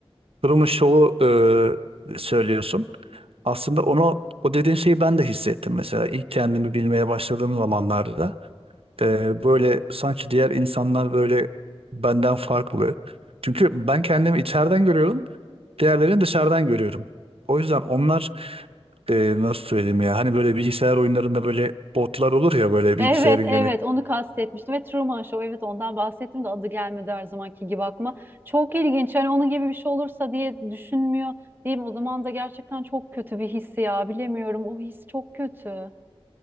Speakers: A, on the right; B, on the right.
A: durumun şovu e, söylüyorsun. Aslında onu o dediğin şeyi ben de hissettim mesela ilk kendimi bilmeye başladığım zamanlarda Ee, böyle sanki diğer insanlar böyle benden farklı. Çünkü ben kendimi içeriden görüyorum, diğerlerini dışarıdan görüyorum. O yüzden onlar e, nasıl söyleyeyim ya hani böyle bilgisayar oyunlarında böyle botlar olur ya böyle
B: Evet
A: bilgisayarın yönet
B: evet onu kastetmiştim ve Truman Show evet ondan bahsettim de adı gelmedi her zamanki gibi aklıma. Çok ilginç hani onun gibi bir şey olursa diye düşünmüyor değil mi? O zaman da gerçekten çok kötü bir his ya bilemiyorum o his çok kötü.